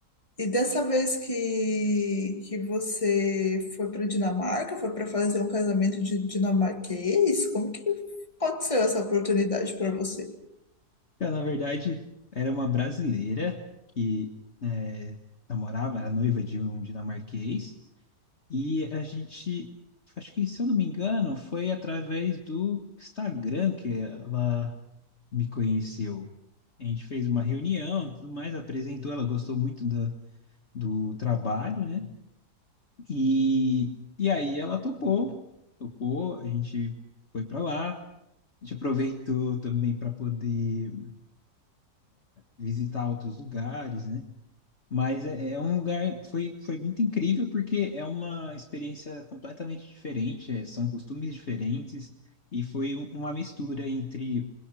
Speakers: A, on the left (about 20°); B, on the left (about 45°).
A: e dessa vez que, que você foi para Dinamarca, foi para fazer um casamento de dinamarquês? Como que aconteceu essa oportunidade para você?
B: Ela, na verdade, era uma brasileira que é, namorava, era noiva de um dinamarquês, e a gente, acho que, se eu não me engano, foi através do Instagram que ela me conheceu. A gente fez uma reunião, tudo mais, apresentou, ela gostou muito do, do trabalho, né? E, e aí ela topou, topou, a gente foi para lá, a gente aproveitou também para poder visitar outros lugares, né? Mas é, é um lugar, foi, foi muito incrível porque é uma experiência completamente diferente, é, são costumes diferentes e foi um- uma mistura entre